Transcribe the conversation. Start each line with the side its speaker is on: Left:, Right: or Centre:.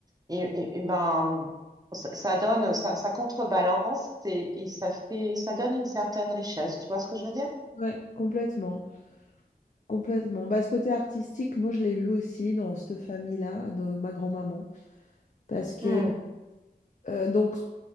Right: et, et- et ben, ça, ça donne, ça, ça contrebalance et, et ça fait, ça donne une certaine richesse. Tu vois ce que je veux dire?
Left: ouais, complètement. Complètement. Bah, ce côté artistique, moi, je l'ai eu aussi dans cette famille-là, de ma grand-maman. Parce que,
Right: Hmm,
Left: euh, donc,